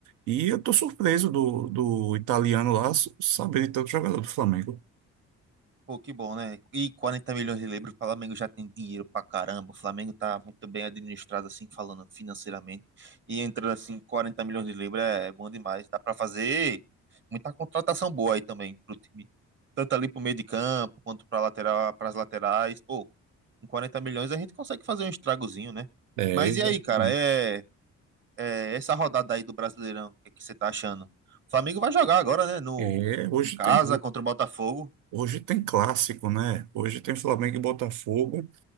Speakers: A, on the right; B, on the right.
A: E eu estou surpreso do, do italiano lá s- saber de tanto jogador do Flamengo.
B: Pô, que bom, né? E 40 milhões de libras, o Flamengo já tem dinheiro pra caramba. O Flamengo tá muito bem administrado, assim, falando financeiramente. E entrando, assim, 40 milhões de libras é bom demais. Dá pra fazer muita contratação boa aí também pro time. Tanto ali pro meio de campo, quanto pra lateral, pras laterais. Pô, com 40 milhões a gente consegue fazer um estragozinho, né?
A: É,
B: Mas
A: exatamente.
B: e aí, cara? É, é essa rodada aí do Brasileirão, o que é que você tá achando? O Flamengo vai jogar agora, né? No,
A: é, hoje
B: em casa,
A: tem,
B: contra o Botafogo.
A: hoje tem clássico, né? Hoje tem Flamengo e Botafogo.